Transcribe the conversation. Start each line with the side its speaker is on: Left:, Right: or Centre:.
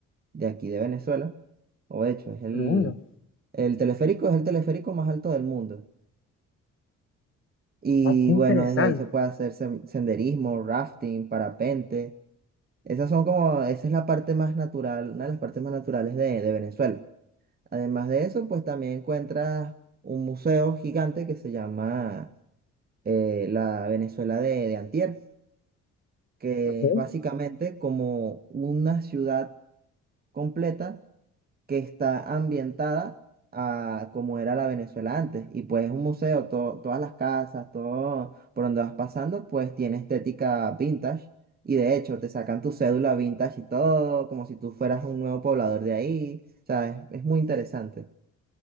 Right: de aquí de Venezuela, o de hecho, es el,
Left: pero bueno,
Right: el teleférico es el teleférico más alto del mundo. Y
Left: ah, qué
Right: bueno,
Left: interesante.
Right: desde ahí se puede hacer sen- senderismo, rafting, parapente. Esas son como, esa es la parte más natural, una de las partes más naturales de, de Venezuela. Además de eso, pues también encuentras un museo gigante que se llama eh, la Venezuela de, de Antier, que
Left: Ujú.
Right: es básicamente como una ciudad completa que está ambientada a como era la Venezuela antes. Y pues es un museo, to- todas las casas, todo por donde vas pasando, pues tiene estética vintage. Y de hecho, te sacan tu cédula vintage y todo, como si tú fueras un nuevo poblador de ahí. O sea, es, es muy interesante.